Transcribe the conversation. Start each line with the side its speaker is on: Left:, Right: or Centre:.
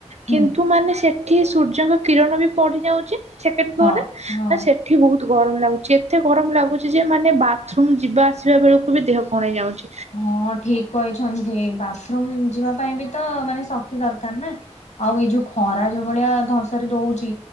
Left: ହୁଁ
Right: କିନ୍ତୁ ମାନେ ସେଠି ସୂର୍ଯ୍ୟଙ୍କ କିରଣ ବି ପଢି ଯାଉଛି ସେକେଣ୍ଡ ଫ୍ଲୋର
Left: ହଁ
Right: ରେ
Left: ହଁ।
Right: ଆଉ ସେଠ ଏଠି ବହୁତ ଗରମ ଲାଗୁଛି ଏତେ ଗରମ ଲାଗୁଛି ଯେ ମାନେ ବାଥରୁମ ଯିବା ଆସିବା ବେଳକୁ ବି ଦେହ କଣ ହେଇଯାଉଛି।
Left: ହଁ ଠିକ କହିଛନ୍ତି ବାଥରୁମ ଯିବା ପାଇଁ ବି ତ ମାନେ ଶକ୍ତି ଦରକାର ନା? ଆଉ ଏଇ ଯୋଉ ଖରା ଯୋଉ ଭଳିଆ ଧରସେଇ ଦଉଛି